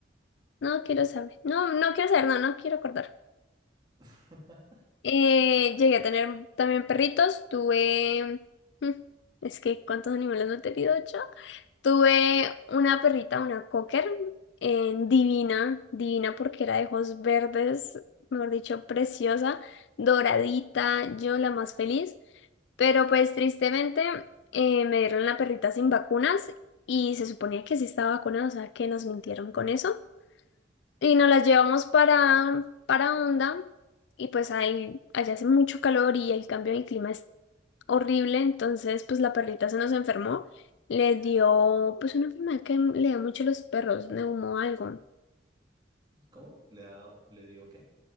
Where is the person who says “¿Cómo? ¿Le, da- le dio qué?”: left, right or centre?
Right